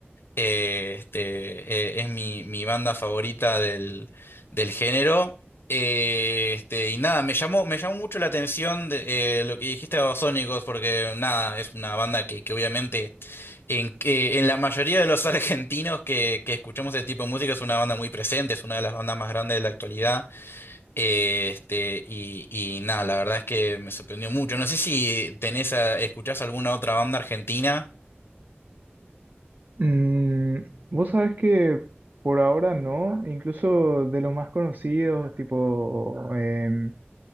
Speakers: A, on the left; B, on the right.
A: Eh, este, eh, es mi, mi banda favorita del, del género. Eh, este, y nada, me llamó, me llamó mucho la atención de, eh, lo que dijiste de Babasónicos, porque nada, es una banda que, que obviamente en, que en la mayoría de los <laughs> argentinos que, que escuchamos este tipo de música es una banda muy presente, es una de las bandas más grandes de la actualidad. Eh, Este, y, y nada, la verdad es que me sorprendió mucho. No sé si tenés a- escuchás alguna otra banda argentina.
B: Mm, vos sabés que por ahora no, incluso de los más conocidos, tipo em,